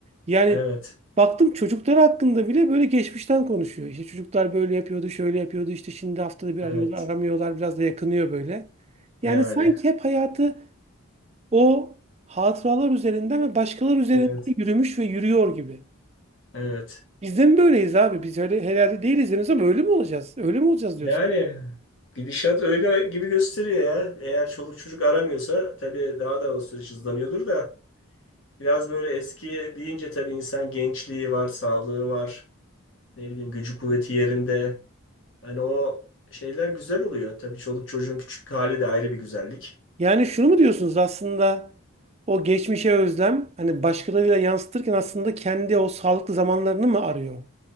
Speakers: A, on the right; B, on the left.
A: Yani
B: Evet.
A: baktım çocuklar hakkında bile böyle geçmişten konuşuyor. İşte çocuklar böyle yapıyordu, şöyle yapıyordu. İşte şimdi haftada bir
B: Evet.
A: arıyorlar, aramıyorlar. Biraz da yakınıyor böyle. Yani
B: Yani.
A: sanki hep hayatı o hatıralar üzerinden ve başkaları üzerinden
B: Evet.
A: yürümüş ve yürüyor gibi.
B: Evet.
A: Biz de mi böyleyiz abi? Biz öyle herhalde değiliz henüz ama öyle mi olacağız? Öyle mi olacağız
B: Yani
A: diyorsun.
B: gidişat öyle gibi gösteriyor ya. Eğer çoluk çocuk aramıyorsa tabii daha da o süreç hızlanıyordur da. Biraz böyle eski deyince tabii insan gençliği var, sağlığı var. Ne bileyim gücü kuvveti yerinde. Hani o şeyler güzel oluyor. Tabii çoluk çocuğun küçük hali de ayrı bir güzellik.
A: Yani şunu mu diyorsunuz aslında o geçmişe özlem hani başkalarıyla yansıtırken aslında kendi o sağlıklı zamanlarını mı arıyor?